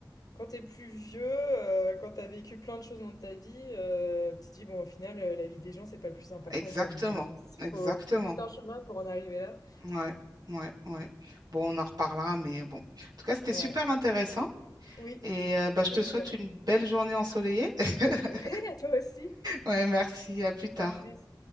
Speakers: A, on the left; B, on the right.
A: Quand t'es plus vieux, heu, quand t'as vécu plein de choses dans ta vie, heu, tu te dis: «Bon, au final, heu, la vie des gens, c'est pas le plus important,
B: Exactement,
A: quoi». Mais, heu, s
B: exactement.
A: faut c'est tout un chemin pour en arriver là.
B: Ouais, ouais, ouais. Bon, on en reparlera, mais bon. En tout cas, c'était
A: Ouais.
B: super intéressant
A: Oui,
B: et euh, bah, je
A: c'est
B: te
A: sûr.
B: souhaite une
A: <laughs>
B: belle journée ensoleillée. <laughs>
A: Ouais, à toi aussi.
B: Ouais, merci, à plus tard.
A: À plus.